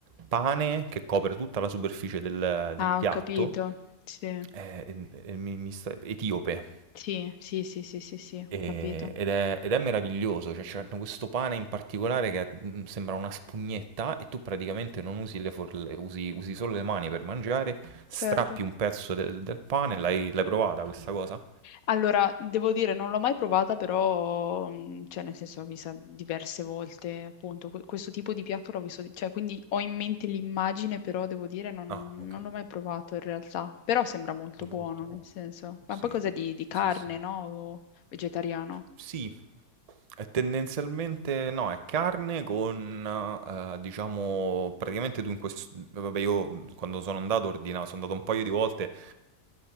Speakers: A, on the right (about 60°); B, on the left (about 65°).
A: pane che copre tutta la superficie del,
B: Ah,
A: del piatto
B: ho capito. Sì,
A: eh, e- e mi- mi sta- etiope
B: sì, sì, sì, sì, sì, sì, ho
A: E-
B: capito.
A: ed è, ed è meraviglioso, cioè c'hanno questo pane in particolare che è- mm, sembra una spugnetta e tu praticamente non usi le forle, usi, usi solo le mani per mangiare, strappi
B: Certo.
A: un pezzo del, del pane, l'hai l'hai provata questa cosa?
B: Allora, devo dire, non l'ho mai provata, però, mh, cioè, nel senso, l'ho vista diverse volte, appunto, que- questo tipo di piatto l'ho visto, di- cioè, quindi ho in mente l'immagine, però, devo dire, non,
A: Ah, okay.
B: non l'ho mai provato in realtà, però sembra molto
A: Molto
B: buono, nel senso, ma
A: sì,
B: poi cosa di, di carne,
A: sì, sì.
B: no? O vegetariano?
A: Sì, È tendenzialmente no, è carne con, eh, diciamo, praticamente tu in questo... Vabbè, io mh, quando sono andato ordinato, sono andato un paio di volte